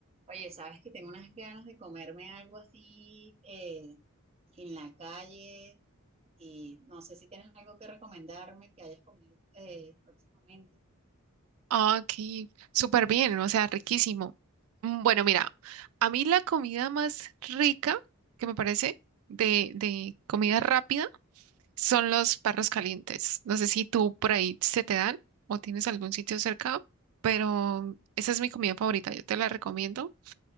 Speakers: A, on the right; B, on the right.
A: Oye, sabes que tengo unas ganas de comerme algo así eh, en la calle y no sé si tienes algo que recomendarme que hayas comido eh, próximamente.
B: Ah, Ok, súper bien, o sea, riquísimo. Mm, Bueno, mira, a mí la comida más rica que me parece de, de comida rápida son los perros calientes. No sé si tú por ahí se te dan o tienes algún sitio cerca, pero esa es mi comida favorita, yo te la recomiendo.